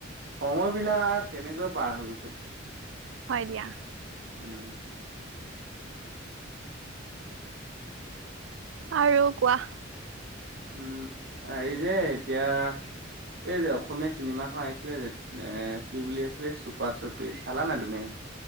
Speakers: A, on the right; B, on the right.
A: সময় বিলাক কেনেকৈ পাৰ হৈ গৈছ।
B: হয় দিয়া।
A: উম।
B: আৰু কোৱা।
A: উম, আই যে এতিয়া এই যে অসমীয়া চিনেমাখন আহিছিলে যে এ কি বুলি আছিলে চুপা চুপি চালা নাই তুমি?